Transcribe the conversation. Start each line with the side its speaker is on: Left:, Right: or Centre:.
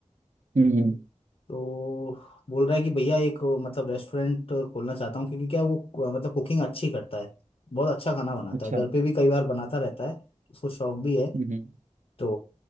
Right: हम्म हम्म,
Left: तो बोल रहा है कि भैया एक अ, मतलब रेस्टोरेंट खोलना चाहता हूँ क्योंकि क्या है, वो अ, मतलब कुकिंग अच्छी करता है बहुत अच्छा खाना बनाता
Right: अच्छा
Left: है घर पे भी कई बार बनाता रहता है उसको शौक भी है
Right: हम्म हम्म।
Left: तो